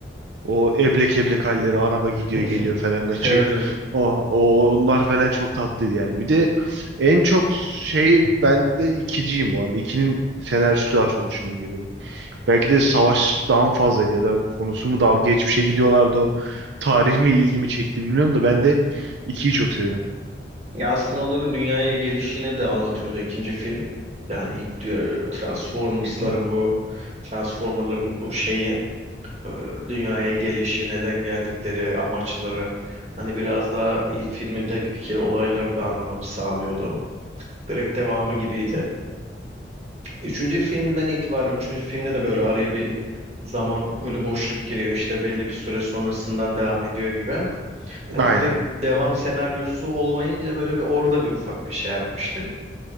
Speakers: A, on the right; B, on the right.
A: O eblek eblek halleri araba gidiyor
B: <laughs>
A: geliyor falan kaçıyor.
B: Evet, evet.
A: O, o onlar falan çok tatlıydı yani. Bir de en çok şey ben de ikiciyim bu arada. İkinin senaryosu daha çok hoşuma gidiyor benim. Belki de savaştan fazlaydı ya da konusu mu daha geçmişe gidiyorlardı o. Tarih mi ilgimi çekti bilmiyorum da ben de ikiyi çok seviyorum.
B: Ya aslında onların dünyaya gelişini de anlatıyordu ikinci film. Yani ilk e, Transformers'ların
A: Hı.
B: bu Transformer'ların bu şeyi e, dünyaya gelişi, neden geldikleri, amaçları hani biraz daha ilk filmindeki olayları da anlamanı sağlıyordu. Direkt devamı gibiydi. Üçüncü filmden itibaren, üçüncü filmde de böyle araya bir zaman ölü boşluk giriyor işte belli bir süre sonrasından devam ediyor gibi. Hani
A: Aynen.
B: direkt devam senaryosu olmayınca böyle bir orada bir ufak bir şey yapmıştık.